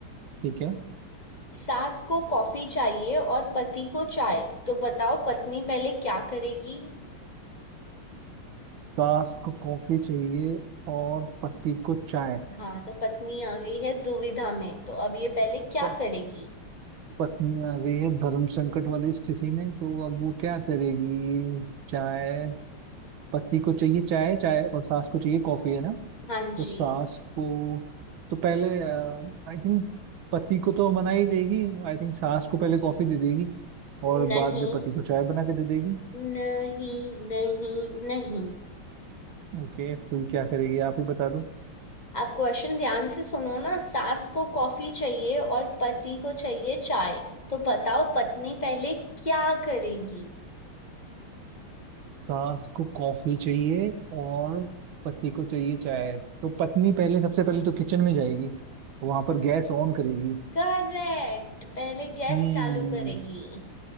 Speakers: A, on the right (about 70°); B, on the left (about 25°).
A: ठीक है
B: सास को कॉफी चाहिए और पति को चाय तो बताओ पत्नी पहले क्या करेगी
A: सास को कॉफी चाहिए और पति को चाय
B: हाँ तो पत्नी आ गई है दुविधा में तो अब ये पहले क्या
A: प-
B: करेगी
A: पत्नी आ गई है धर्म संकट वाली स्थिति में तो अब वो क्या करेगी चाय पति को चाहिए चाय चाय और सास को चाहिए कॉफी है ना
B: हाँ
A: तो
B: जी
A: सास को तो पहले आई थिंक पति को तो मना ही देगी आई थिंक सास को पहले कॉफी दे देगी
B: नहीं
A: और बाद में पति को चाय बना के दे देगी
B: नहीं नहीं नहीं
A: ओके फिर क्या करेगी आप ही बता दो
B: आप क्वेश्चन ध्यान से सुनो ना सास को कॉफी चाहिए और पति को चाहिए चाय तो बताओ पत्नी पहले क्या करेगी
A: सास को कॉफी चाहिए और पति को चाहिए चाय तो पत्नी पहले सबसे पहले तो किचन में जाएगी वहां पर गैस ऑन करेगी
B: करेक्ट पहले गैस
A: हम्म
B: चालू करेगी